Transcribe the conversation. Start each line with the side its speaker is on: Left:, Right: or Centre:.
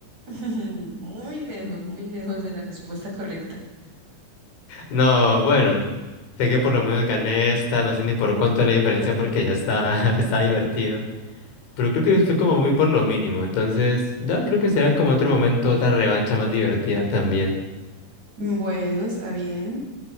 Right: Muy lejos, muy lejos de la respuesta correcta.
Left: No, bueno, sé que por lo menos gané esta, no sé ni por cuánto es la diferencia porque ya está, <laughs> está divertido. Pero creo que fue como muy por lo mínimo. Entonces, ya creo que será como otro momento, otra revancha más divertida también.
Right: Bueno, está bien.